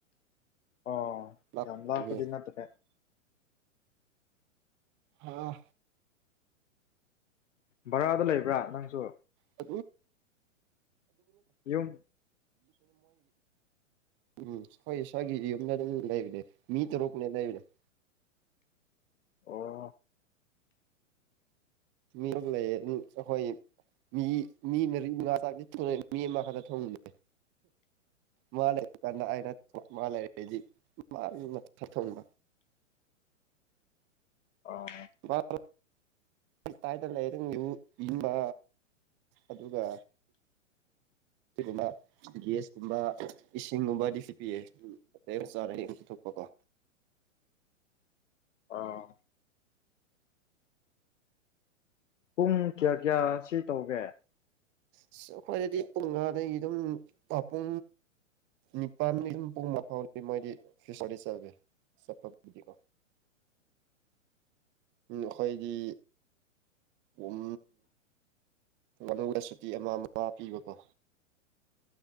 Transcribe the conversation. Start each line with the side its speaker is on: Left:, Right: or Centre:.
Left: ꯑꯣ
Right: ꯂꯥꯞꯄꯅꯦ
Left: ꯌꯥꯝ ꯂꯥꯞꯄꯗꯤ ꯅꯠꯇ꯭ꯔꯦ
Right: ꯑ
Left: ꯚꯔꯥꯗ ꯂꯩꯕ꯭ꯔꯥ ꯅꯪꯁꯨ
Right: <inaudible>
Left: ꯌꯨꯝ
Right: ꯎꯝ ꯍꯣꯏ ꯁ꯭ꯋꯥꯏꯒꯤꯗꯤ ꯑꯗꯨꯅ ꯑꯗꯨꯝ ꯂꯩꯕꯅꯦ ꯃꯤ ꯇꯔꯨꯛꯅꯦ ꯂꯩꯥꯕꯅꯦ <inaudible>
Left: ꯑꯣ
Right: ꯃꯤ ꯂꯩꯌꯦ ꯑꯗꯨꯝ ꯑꯩꯈꯣꯏ ꯃꯤ ꯃꯤ ꯃꯔꯤ ꯃꯉꯥ ꯆꯥꯛꯁꯦ ꯊꯣꯡꯉꯦ ꯃꯤ ꯑꯃ ꯍꯥꯟꯅ ꯊꯣꯡꯉꯦ ꯃꯥꯅꯦ ꯀꯅꯥꯏꯔ ꯃꯥ ꯂꯩꯔꯗꯤ ꯃꯥꯅ ꯈꯛ ꯊꯣꯡꯕ
Left: ꯑꯣ
Right: ꯃꯥꯅ ꯑꯩ ꯀꯥꯏꯗꯅ ꯂꯩꯔꯤꯉꯨ ꯏꯟꯕ ꯑꯗꯨꯒ ꯁꯤꯒꯨꯝꯕ ꯒꯦꯁꯀꯨꯝꯕ ꯏꯁꯤꯡꯒꯨꯝꯕꯗꯤ ꯐꯤ ꯄꯤꯌꯦ ꯔꯥꯏꯁꯨ ꯔꯥꯏꯟ ꯊꯣꯛꯄꯀꯣ
Left: ꯑꯣ ꯄꯨꯡ ꯀꯌꯥ ꯀꯌꯥ ꯁꯤ ꯇꯧꯒꯦ
Right: ꯑꯁ ꯑꯩꯈꯣꯏꯗꯗꯤ ꯄꯨꯡ ꯃꯉꯥꯗꯒꯤ ꯑꯗꯨꯝ ꯄꯥꯎ ꯅꯤꯄꯥꯜꯗꯒꯤ ꯑꯗꯨꯝ ꯄꯨꯡ ꯃꯥꯐꯥꯎꯗꯤ ꯃꯣꯏꯗꯤ ꯐꯤꯁꯔꯤ ꯆꯠꯂꯦ ꯆꯠꯄꯕꯨꯗꯤꯀꯣ ꯑꯩꯈꯣꯏꯒꯤ ꯎꯝ ꯃꯗꯨꯅ ꯁꯨꯇꯤ ꯑꯃ ꯑꯃ ꯄꯤꯕꯀꯣ